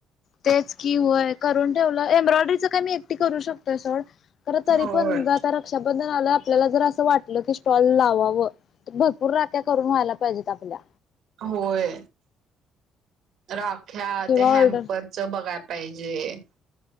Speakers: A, on the left (about 60°); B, on the right (about 70°).
A: तेच कि व्हय करून ठेवल. एम्ब्रॉयडरीच काय मी एकटी करू शकतोय सोड. खर तरी
B: होय.
A: पण आता रक्षाबंधन आल आपल्याला जर अस वाटल की स्टॉल लावाव. भरपूर राक्या करून व्हायला पाहिजेत आपल्या.
B: होय, राख्या
A: किंवा
B: त्या हॅम्पर
A: ऑर्डर
B: च बघाय पाहिजे.